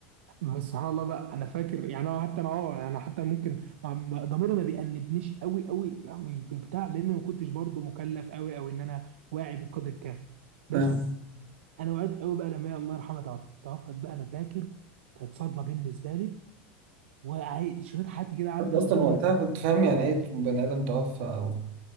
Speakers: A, on the right; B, on the right.
A: بس سبحان الله بقى انا فاكر يعني أنا حتى انا اه انا حتى ممكن ما- ما- ضميري ما بيأنبنيش قوي قوي يعني مش بتاع لان ما كنتش برضو مكلف قوي او ان انا واعي بالقدر الكافي بس
B: فاهم
A: انا وعيت قوي بقى لما هي الله يرحمها توفت توفت بقى انا فاكر كانت صدمه بالنسبه لي وعي- شريط حياتي كده عدى
B: انت اصلا
A: من قدامي
B: وقتها
A: وانا كنت
B: كنت فاهم يعني ايه بني ادم توفى او